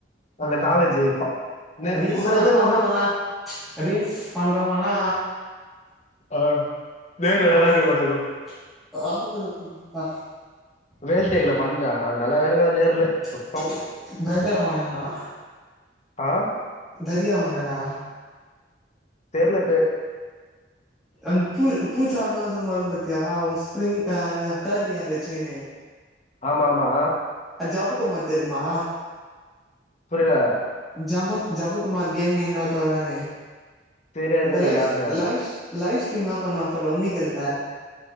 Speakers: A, on the left (about 40°); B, in the centre.
A: அந்த
B: ஆ
A: காலேஜு நே
B: ரீல்ஸெல்லா
A: முந்தா நேத்தோ என்னமோ
B: பண்றவங்கல்லா
A: தா
B: ரீல்ஸ் பண்றவங்கல்லா
A: அஹ் வேற
B: ஆளு
A: <unintelligible>
B: <unintelligible>
A: வேல்டேக்ல பண்ணே அது நல்லாவே இருக்கும் அது நேர்ல
B: <unintelligible>
A: சுத்தோ
B: டா
A: ஆஹ்
B: தெரியவேணண்ணா
A: தெரில
B: அன் பு பூச்சான்னோ ஏது ஒன்னு வரும் பாத்தியா ஸ்பிரிங் கர்லி ஹேர் வெச்சிகினு
A: ஆமா ஆமா
B: அ ஜபக்குமார் தெரியுமா
A: புரியல
B: ஜப ஜபக்குமார் கேமிங்னு ஒருத்த வருவானே
A: தெரியாது
B: அந்த
A: எனக்கு
B: லைஃப்ஸ்
A: யாருன்னு
B: லைஃப்ஸ் லைவ் ஸ்டரீம் எல்லாம் பண்ணுவான் அப்ப உமிகள்ல